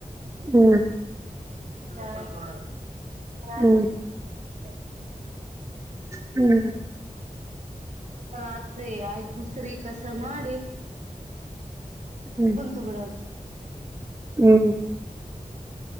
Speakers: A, on the right; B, on the right.
A: ಹ್ಮ್
B: ಹಮ್ ಆತ್ರಿ
A: ಹ್ಮ್
B: ನೋಡ್ರಿ ಎಲ್ಲ.
A: ಹ್ಮ್
B: ರಾತ್ರಿ ಆಯ್ತು ಮುಸ್ರಿ ಕಸ ಮಾಡಿ
A: ಹ್ಮ್
B: ಕುಂತ್ ಬಿಡ
A: ಹ್ಮ್